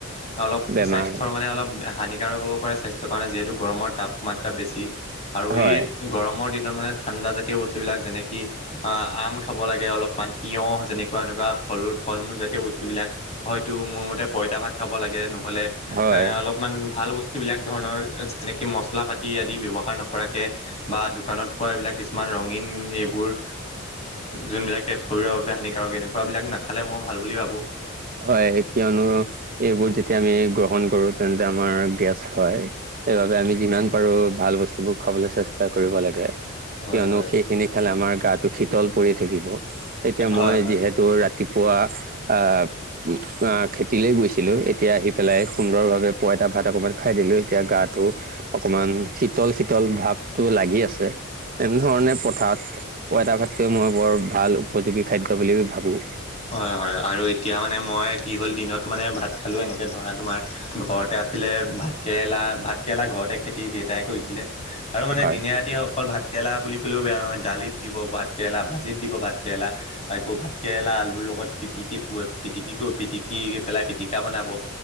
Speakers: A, on the left; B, on the right.
A: অলপ
B: বেমাৰ
A: স্বাস্থ্যৰ মানে অলপ হানিকাৰক হ'ব পাৰে স্বা সেইটো কাৰণে যিহেতু গৰমৰ তাপমাত্ৰা বেছি আৰু
B: হয়
A: এই গৰমৰ দিনত মানে ঠাণ্ডা জাতীয় বস্তুবিলাক যেনেকি অ আম খাব লাগে অলপমান তিয়হ যেনেকোৱা এনেকোৱা ফল ফল মূল জাতীয় বস্তুবিলাক হয়তো মোৰ মতে পইতা ভাত খাব লাগে নহলে
B: হয়
A: এ অলপমান ভাল বস্তু বস্তুবিলাক ধৰণৰ যেনকে মছলা পাতি আদি ব্যৱহাৰ নকৰাকে বা দোকানত পোৱা এইবিলাক কিছুমান ৰঙীন এইবোৰ যোনবিলাকে শৰীৰৰ বাবে হানিকাৰক এনেকুৱাবিলাক নাখালে মই ভাল ভাল বুলি ভাবোঁ
B: হয় কিয়নো এইবোৰ যেতিয়া আমি গ্ৰহণ কৰো তেন্তে আমাৰ গেছ হয় এইব আমি যিমান পাৰো ভাল বস্তুবোৰ খাবলৈ চেষ্টা কৰিব লাগে- কিয়নো
A: হয় হয়।
B: সেইখিনি খালে আমাৰ গাটো শিতল পৰি থাকিব এতিয়া
A: হয়
B: মই
A: হয়।
B: যিহেতু ৰাতি- ৰাতিপুৱা আহ- অ খেতিলে গৈছিলোঁ এতিয়া আহি পেলাই সুন্দৰ ভাৱে পইতা ভাত অকমান খাই দিলো এতিয়া গাত- টো অকমান শীতল শীতল ভাৱতটো লাগি আছে- এনেধৰণে পথাৰত পইতা ভাতটোৱে মই বৰ ভাল উপযোগী খাদ্য বুলি ভাবোঁ -
A: হয় হয় আৰু এতিয়া মানে মই কি হ'ল দিনত মানে ভাত খালোঁ এনেকে ধৰা তোমাৰ ঘৰতে- আছিলে ভাতকৰেলা ভাতকেৰেলা ঘৰতে খেতি দেউতাই কৰিছিলে- আৰু মানে
B: হয়
A: দিনে ৰাতি অকল ভাত কেৰেলা বুলি- কলেও বেয়া নহয় দালিত দিব ভাতকেৰেলা ভাজিত দিব ভাতকৰেলা আকৌ ভাতকেৰেলা আলু- আৰু লগত পিটিকি প পিটিকি কৰো পিটিকি পেলাই পিটিকা বনাব-